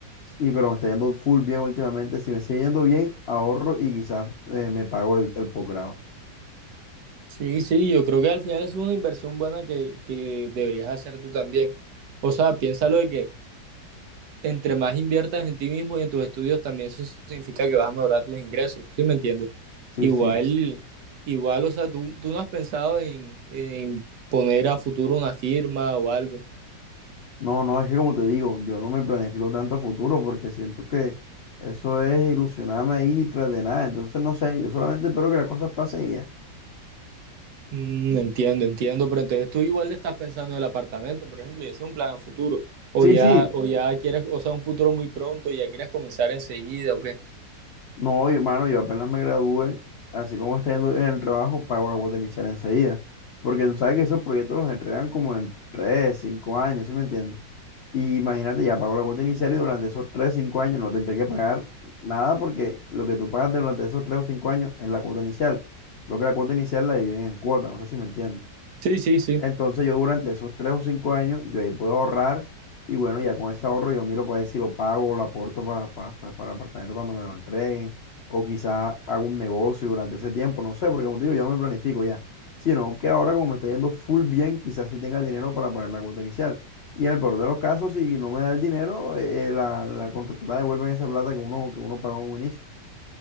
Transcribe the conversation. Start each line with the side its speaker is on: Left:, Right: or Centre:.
Left: Y pero me está yendo full bien últimamente. Si me sigue yendo bien, ahorro y quizás eh, me pago el, el posgrado.
Right: Sí, sí, yo creo que al final es una inversión buena que, que deberías hacer tú también. O sea, piénsalo de que entre más inviertas en ti mismo y en tus estudios, también eso significa que vas a mejorar tus ingresos, ¿sí me entiendes? Sí, sí.
Left: Sí,
Right: Igual,
Left: sí,
Right: igual, o sea, tú, tú no has pensado en, en poner a futuro una firma o algo.
Left: No, no, es que como te digo, yo no me planifico tanto a futuro porque siento que eso es ilusionarme ahí tras de nada. Entonces, no sé, yo solamente espero que las cosas pasen y ya.
Right: Mm, entiendo, entiendo, pero entonces tú igual le estás pensando en el apartamento, por ejemplo, y eso es un plan a futuro. O
Left: Sí,
Right: ya,
Left: sí,
Right: Sí, o sí. ya quieres, o sea, un futuro muy pronto y ya quieres comenzar enseguida, ¿o qué?
Left: No, yo, mano, yo apenas me gradué, así como está yendo en el trabajo, pago la cuota inicial enseguida. Porque tú sabes que esos proyectos los entregan como en 3 5 años, ¿sí me entiendes? Y imagínate, ya pago la cuota inicial y durante esos 3 5 años no tendré que pagar nada porque lo que tú pagas durante esos 3 o 5 años es la cuota inicial. Lo que la cuota inicial la dividen en cuotas, no sé si me entiendes.
Right: Sí, sí, sí.
Left: Entonces yo durante esos tres o cinco años, yo ahí puedo ahorrar y bueno, ya con ese ahorro yo miro para ver si lo pago, lo aporto para, para, pues, para el apartamento cuando me lo entreguen o quizás hago un negocio durante ese tiempo, no sé, porque como te digo, yo no me planifico ya, sino que ahora como me está yendo full bien, quizás sí tenga el dinero para pagar la cuota inicial. Y en el peor de los casos, si no me da el dinero, eh, eh, la, la constructora devuelve esa plata que uno, que uno pagó en un inicio.